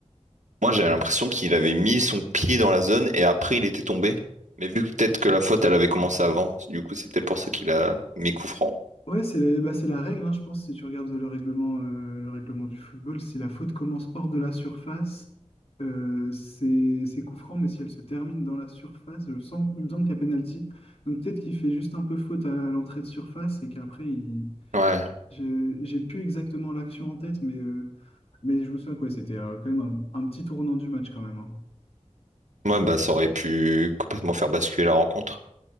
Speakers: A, on the right; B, on the left.
A: Moi, j'avais l'impression qu'il avait mis son pied dans la zone et après, il était tombé. Mais vu que peut-être que la faute, elle avait commencé avant, du coup, c'est peut-être pour ça qu'il a mis coup franc.
B: Ouais, c'est la, bah, c'est la règle, hein, je pense, si tu regardes le règlement, euh, le règlement du football, si la faute commence hors de la surface, euh, c'est c'est coup franc, mais si elle se termine dans la surface, je sens, il me semble qu'il y a pénalty. Donc peut-être qu'il fait juste un peu faute à l'entrée de surface et qu'après, il...
A: Ouais.
B: je- j'ai plus exactement l'action en tête, mais, euh, mais je me souviens quoi, c'était euh, quand même un, un petit tournant du match quand même. hein.
A: Ouais, bah, ça aurait pu complètement faire basculer la rencontre.